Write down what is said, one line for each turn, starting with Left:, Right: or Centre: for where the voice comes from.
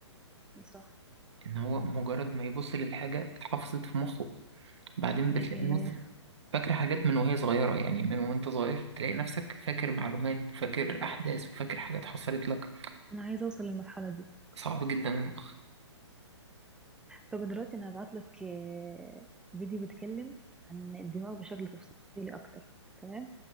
Centre: صح
Right: ان هو مجرد ما يبص للحاجة اتحفظت في مخه بعدين
Centre: يعني
Right: بتلاقي ناس فاكرة حاجات من وهي صغيرة يعني من وانت صغير تلاقي نفسك فاكر معلومات وفاكر أحداث وفاكر حاجات حصلت لك
Centre: أنا عايزة أوصل للمرحلة دي
Right: صعب جدا المخ
Centre: طب دلوقتي أنا هبعتلك آه، فيديو بيتكلم عن الدماغ بشكل تفصيلي أكتر تمام